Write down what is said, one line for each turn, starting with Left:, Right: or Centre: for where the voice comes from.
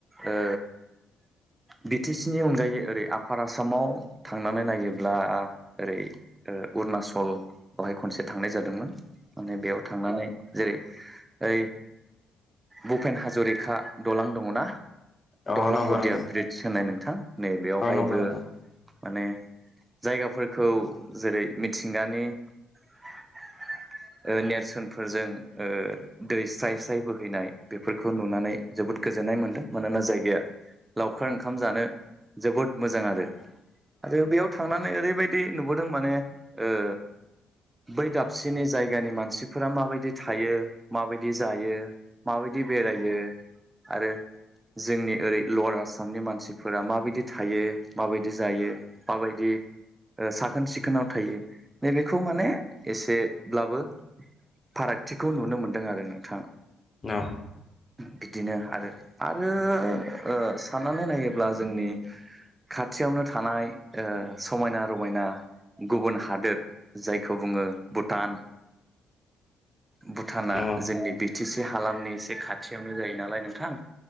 Right: ओ बि टि सि नि अनगायै ओरै आफार आसामाव थांनानै नायोब्ला ओरै ओ अरुनाचल बावहाय खनसे थांनाय जादोंमोन माने बेयाव थांनानै जेरै ओइ भुपेन हाजरिक दलां दङना?
Left: औ
Right: दहला
Left: अ नंगौ
Right: हदिया
Left: नंगौ
Right: ब्रीदस होननाय नोंथां नै बेयावहायबो
Left: अ नंगौ नंगौ
Right: माने जायगाफोरखौ जेरै मिथिंगानि ओ नेरसोनफोरजों ओ दै स्राय स्राय बोहैनाय बेफोरखौ नुनानै जोबोद गोजो जोननाय मोनदों मानोना जायगाया लावखार ओंखाम जानो जोबोद मोजां आरो। आरो बेयाव थांनानै ओरैबायदि नुबोदों माने ओ बै दाबसेनि जायगानि मानसिफोरा माबायदि थायो माबायदि जायो माबायदि बेरायो आरो जोंनि ओरै लवार आसामनि मानसिफोरा माबायदि थायो माबायदि जायो माबायदि ओ साखोन सिखोनाव थायो। नैबेखौ माने एसेब्लाबो फारागथिखौ नुनो मोनदों आरो नोंथां।
Left: औ।
Right: बिदिनो आरो, आरो ओ साननानै नायोब्ला जोंनि खाथियावनो थानाय ओ समायना रमायना गुबुन हादोद जायखौ बुङो भुटान। भुटाना
Left: अ अ
Right: जोंनि बि थि सि हालामनि एसे खाथियावनो जायो नालाय नोंथां।